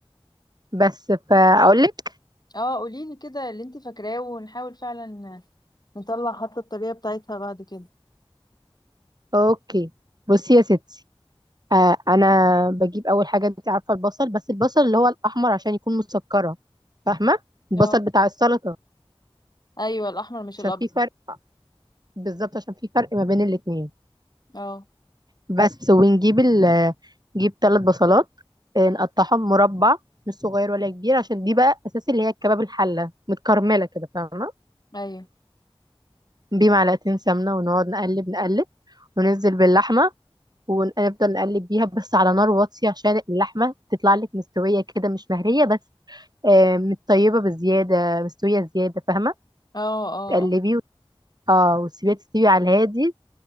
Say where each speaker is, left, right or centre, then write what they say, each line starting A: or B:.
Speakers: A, on the right (about 45°); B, on the left (about 45°).
A: بس فاقولك
B: اه قوليلي كده اللي انت فاكراه ونحاول فعلا نطلع حتى الطريقة بتاعتها بعد كده
A: اوكي بصي يا ستي آه انا بجيب اول حاجه انت عارفه البصل بس البصل اللي هو الاحمر عشان يكون مسكره فاهمه البصل
B: اه
A: بتاع السلطه
B: ايوه الاحمر مش
A: عشان
B: الابيض
A: في فرق بالظبط عشان في فرق ما بين الاتنين
B: اه
A: بس ونجيب ال نجيب ثلاث بصلات آه، نقطعهم مربع مش صغير ولا كبير عشان دي بقى اساس اللي هي الكباب الحله متكرمله كده فاهمه
B: ايوه
A: بمعلقتين سمنه ونقعد نقلب نقلب وننزل باللحمه ونفضل نقلب بيها بس على نار واطيه عشان اللحمه تطلع لك مستويه كده مش مهريه بس آه، متطيبه بزياده مستويه زياده فاهمه
B: اه اه
A: تقلبيه
B: اه
A: وت- اه وتسيبيها تستوي على الهادي